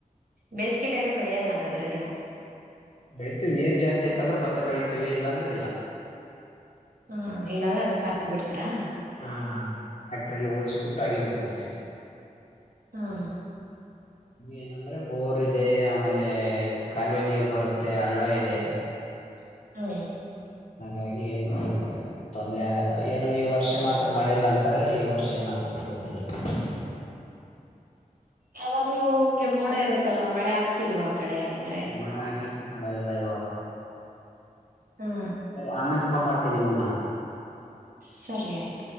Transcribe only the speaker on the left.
ಬೆಳಿತೀವಿ ನೀರ್ ಜಾಸ್ತಿ ಇತ್ತ ಅಂದ್ರೆ ಭತ್ತ ಬೆಳಿತಿವಿ ಇಲ್ಲಂದ್ರ ಇಲ್ಲ
ಹಾ ಟ್ರಾಕ್ಟರಲಿ ಹೋಳಿಸಬಿಡು ಬಿಟಿಬಿಡ್ತಿವಿ
ಏನಂದ್ರೆ ಬೋರ್ ಇದೆ ಆಮೇಲೆ ಕಾಲುವೆ ನೀರ್ ಬರುತ್ತೆ ಹಳ್ಳ ಇದೆ ಹ
ಹಾಗಾಗಿ ಹೇಳ್ತೀವಿ ತೊಂದ್ರರೆ ಆಗಲ್ಲ ಏನೋ ಈ ವರ್ಷ ಮಾತ್ರ ಮಳೆ ಇಲ್ಲ ಅಂತಾರೆ ಈ ವರ್ಷ ಏನ ಆ್ತದ ಗೊತ್ತಿಲ್ಲವ
ಮೋಡ ಆಗೈತೆ ಮಳೆ ಇಲ್ಲ ಇವಾಗ
ಸರಿ ಆಮೇ ಫೋನ್ ಮಾಡ್ತಿನಿ ನಿಮಗೆ ನಾನು